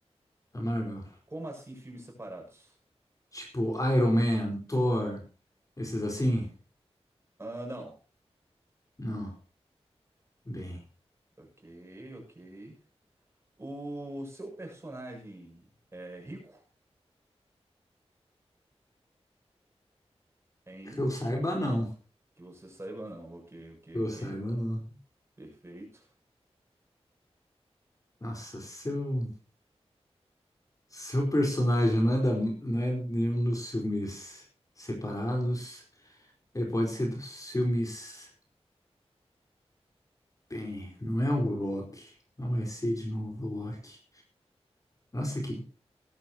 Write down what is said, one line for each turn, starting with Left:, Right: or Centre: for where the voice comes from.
Left: Da Marvel?
Right: Como assim filmes separados?
Left: Tipo, Iron Man, Thor, esses assim?
Right: Ah, não.
Left: Não. Bem,
Right: Ok, ok. O seu personagem é rico? Hein?
Left: que eu saiba, não.
Right: Que você saiba, não. Ok, ok,
Left: Que eu
Right: ok.
Left: saiba, não.
Right: Perfeito.
Left: Nossa, seu, seu personagem não é, da, não é nenhum dos filmes separados. Ele pode ser dos filmes. Bem, não é o Loki. Não vai ser de novo o Loki. Nossa, que.